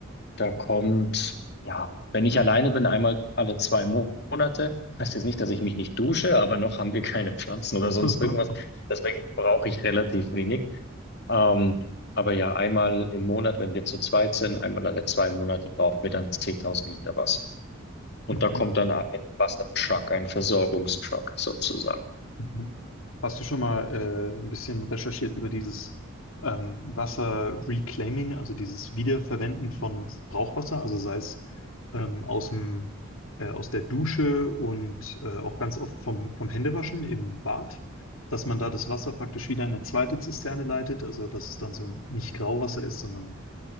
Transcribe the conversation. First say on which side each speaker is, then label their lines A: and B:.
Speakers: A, on the left; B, on the left.
A: Da kommt, ja, wenn ich alleine bin, einmal alle zwei Mo- Monate. Heißt jetzt nicht, dass ich mich nicht dusche, aber noch haben wir keine Pflanzen oder sonst
B: <laughs>
A: irgendwas. Deswegen brauche ich relativ wenig. Ähm, aber ja, einmal im Monat, wenn wir zu zweit sind, einmal alle zwei Monate brauchen wir dann 10.000 Liter Wasser. Und
B: Mhm.
A: da kommt dann ein Wassertruck, ein Versorgungstruck sozusagen.
B: Mhm. Hast du schon mal äh, ein bisschen recherchiert über dieses ähm, Wasser-Reclaiming, also dieses Wiederverwenden von Brauchwasser, also sei es ähm, aus dem, äh, aus der Dusche und äh, auch ganz oft vom, vom Händewaschen im Bad, dass man da das Wasser praktisch wieder in eine zweite Zisterne leitet, also dass es dann so nicht Grauwasser ist, sondern